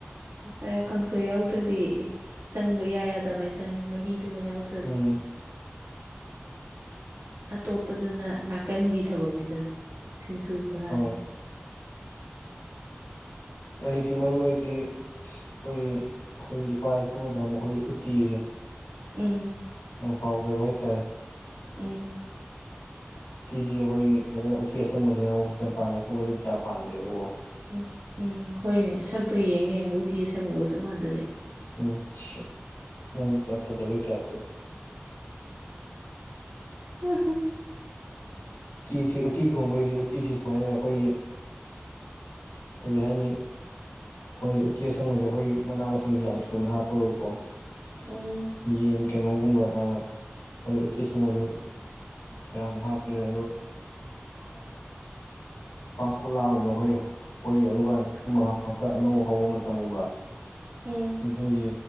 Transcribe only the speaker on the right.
ꯑ ꯀꯥꯡꯁꯣꯏ ꯌꯥꯎꯗ꯭ꯔꯗꯤ ꯆꯪꯕ ꯌꯥ ꯌꯥꯗꯕ ꯍꯥꯏꯇꯥꯔꯦ ꯃꯍꯤꯗꯨꯃ ꯌꯥꯎꯗ
ꯑꯇꯣꯞꯄꯗꯨꯅ ꯅꯥꯀꯟꯒꯤ ꯊꯕꯛꯅꯤꯗꯅ ꯁꯤꯡꯖꯨ ꯔꯥꯗꯨꯅ
ꯎꯝ
ꯎꯝ
ꯎꯝ ꯎꯝ ꯍꯣꯏꯅꯦ ꯁꯛꯇꯣ ꯌꯦꯡꯉꯦ ꯎꯇꯤ ꯑꯁꯪꯒꯒ ꯆꯞ ꯃꯥꯟꯖꯜꯂꯦ
ꯎꯝ
ꯎ
<inaudible>
ꯎꯝ